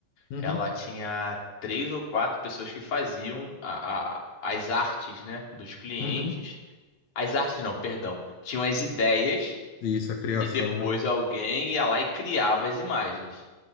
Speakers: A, on the left (about 65°); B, on the left (about 45°).
A: Uhum,
B: Ela tinha três ou quatro pessoas que faziam a- a- as artes, né, dos clientes.
A: uhum,
B: As artes não, perdão. Tinham as ideias
A: Isso, a criação,
B: e depois
A: né?
B: alguém ia lá e criava as imagens.